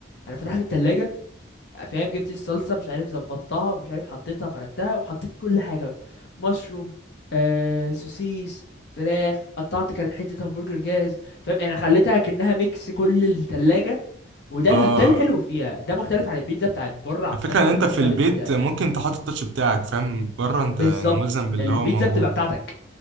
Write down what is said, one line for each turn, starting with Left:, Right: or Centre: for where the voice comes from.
Left: انا فتحت التلاجة فاهم جبت الصلصه مش عارف ظبطتها مش عارف حطيتها فردتها وحطيت كل حاجه بقى مشروم آه سوسيس فراخ قطعت كانت حته همبرجر جاهز فاهم يعني خليتها كأنها ميكس كل التلاجة وده
Right: اه
Left: ال- ده الحلو فيها ده مختلف عن البيتزا بتاعت بره عامه
Right: الفكره
Left: اللي
Right: ان انت في
Left: انت
Right: البيت
Left: بت
Right: ممكن تحط التاتش بتاعك فاهم بره انت
Left: بالظبط
Right: يعني ملزم باللي
Left: البيتزا
Right: هو موجود
Left: بتبقى بتاعتك